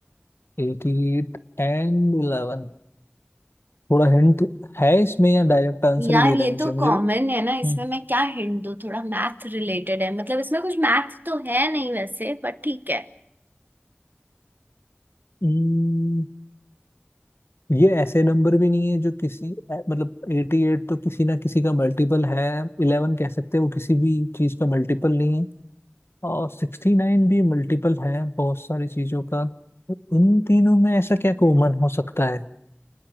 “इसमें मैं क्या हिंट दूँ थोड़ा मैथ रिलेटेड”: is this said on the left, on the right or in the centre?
Right